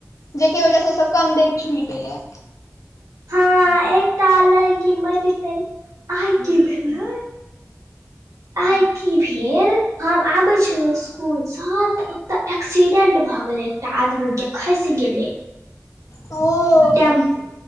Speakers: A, on the left (about 80°); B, on the right (about 75°).
A: जेहिके वजह सँ- तऽ कनदेर झूल गेल आ।
B: हाँ एकटा लइकी मैर <unintelligible> आइ की भेलै आइ की फेर हम आबै छेलौ स्कूल सँ तऽ ओते एक्सीडेंट भअ गेलेै। आदमी के खसि गेलै।
A: ओ
B: टेम्पू